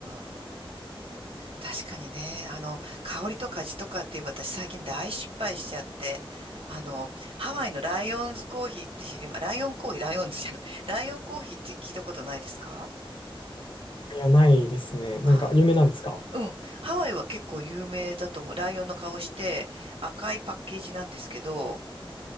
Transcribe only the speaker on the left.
いや、ないですね。なんか、
有名なんですか <laughs>